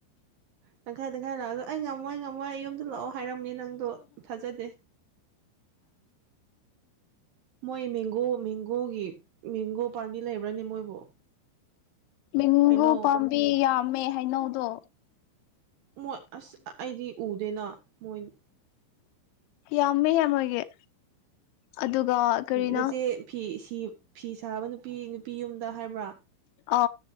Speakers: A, on the right; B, on the left.
A: ꯇꯪꯈꯥꯏ ꯇꯪꯈꯥꯏ ꯂꯥꯛꯑꯗꯣ ꯑꯩ ꯉ ꯉꯝꯃꯣꯏ ꯉꯝꯃꯣꯏ ꯌꯨꯝꯗ ꯂꯥꯛꯑꯣ ꯍꯥꯏꯔꯝꯅꯤ ꯅꯪꯗꯣ ꯊꯥꯖꯗꯦ ꯃꯣꯏ ꯃꯦꯡꯒꯣ ꯃꯦꯡꯒꯣꯒꯤ ꯃꯦꯡꯒꯣ ꯄꯥꯝꯕꯤ ꯂꯩꯕ꯭ꯔꯅꯦ ꯃꯣꯏꯕꯨ
B: ꯃꯦꯡꯒꯨ
A: ꯍꯩꯅꯧ
B: ꯄꯥꯝꯕꯤ ꯌꯥꯝꯃꯦ ꯍꯥꯏꯩꯅꯧꯗꯣ
A: ꯃꯣꯏ ꯑꯁ ꯑꯩꯗꯤ ꯎꯗꯦꯅ ꯃꯣꯏ
B: ꯌꯥꯝꯃꯦꯍꯦ ꯃꯣꯏꯒꯤ ꯑꯗꯨꯒ ꯀꯔꯤꯅꯣ
A: ꯅꯆꯦ ꯐꯤ ꯐꯤ ꯁꯥꯕ ꯅꯨꯄꯤ ꯅꯨꯄꯤ ꯌꯨꯝꯗ ꯍꯥꯏꯕ꯭ꯔꯥ
B: ꯑ